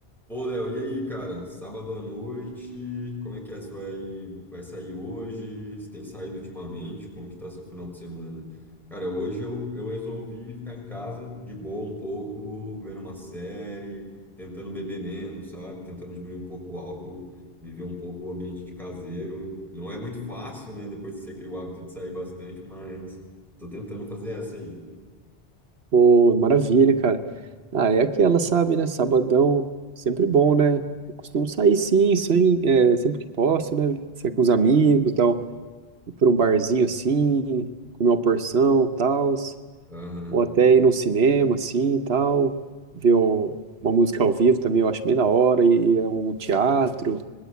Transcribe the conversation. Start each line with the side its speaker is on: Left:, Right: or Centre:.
Centre: Ô, Léo, e aí, cara? Sábado à noite, como é que é? Você vai, vai sair hoje? Você tem saído ultimamente? Como que tá seu final de semana? Cara, hoje eu, eu resolvi ficar em casa, de boa um pouco, vendo uma série, tentando beber menos, sabe? Tentando diminuir um pouco o álcool, viver um pouco o ambiente de caseiro. Não é muito fácil, né? Depois que você cria o hábito de sair bastante, mas tô tentando fazer essa aí.
Right: Pô, maravilha, cara. Ah, é aquela, sabe, né? Sabadão, sempre bom, né? Eu costumo sair sim, sem, é, sempre que posso, né? Sair com os amigos, tal, ir por um barzinho assim, comer uma porção, tal,
Centre: Aham,
Right: ou até ir num cinema assim, tal, ver o- uma música ao vivo também, eu acho bem da hora, e, e é um teatro,